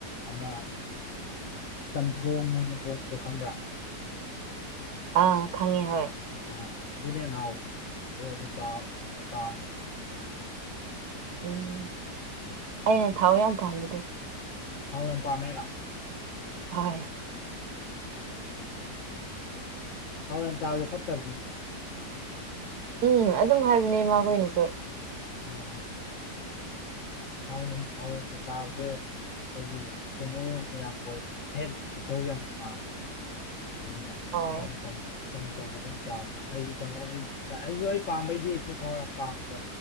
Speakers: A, on the left; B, on the right.
A: ꯑꯃ ꯆꯝꯊꯣꯡ ꯑꯣꯏꯅ ꯊꯣꯡꯕꯗꯣ ꯈꯪꯕ꯭ꯔꯥ
B: ꯑꯥ ꯈꯪꯉꯦ ꯍꯣꯏ
A: ꯑꯥ ꯑꯗꯨꯅ ꯍꯦꯟꯅ ꯍꯥꯎꯕꯅꯦ ꯑꯗꯨ ꯑꯗꯨ ꯆꯥꯎ ꯑꯗꯨꯃꯥꯏꯅ ꯆꯥꯕꯅꯦ
B: ꯎꯝ ꯑꯩꯅ ꯊꯥꯎ ꯌꯥꯝ ꯄꯥꯝꯕꯗꯣ
A: ꯊꯥꯎ ꯌꯥꯝ ꯄꯥꯝꯃꯦ ꯍꯥꯢꯔꯣ
B: ꯍꯣꯏ
A: ꯎꯝ ꯊꯥꯎ ꯌꯥꯝ ꯆꯥꯕꯖꯦ ꯐꯠꯇꯝꯅꯤꯅꯦ
B: ꯎꯝ ꯑꯗꯨꯝ ꯍꯥꯏꯕꯅꯦ ꯏꯃꯥꯈꯣꯏꯅꯁꯨ
A: ꯎꯝ ꯊꯥꯎ ꯌꯥꯝ ꯊꯥꯎ ꯌꯥꯝꯅ ꯆꯥꯕꯖꯦ ꯍꯥꯏꯗꯤ ꯀꯩꯅꯣ ꯒꯨꯝꯕ ꯌꯥꯝ ꯑꯣꯏꯕꯅꯦ ꯐꯦꯠꯀꯤ ꯁꯔꯨꯛ ꯌꯥꯝ ꯋꯥꯡꯕꯅꯦꯕ ꯑꯗꯨꯅ
B: ꯍꯣꯏ
A: ꯆꯝ ꯆꯝꯅ ꯆꯝ ꯆꯝꯅ ꯑꯗꯨꯝ ꯆꯥꯎ ꯑꯩꯖꯨ ꯆꯪꯉꯛꯑꯣ ꯑꯩꯖꯨ ꯆꯥꯥꯏ ꯑꯩꯖꯨ ꯑꯩ ꯄꯥꯝꯕꯩꯗꯤ ꯑꯩꯁꯨ ꯊꯥꯎ ꯌꯥꯝ ꯄꯥꯝꯃꯦꯕ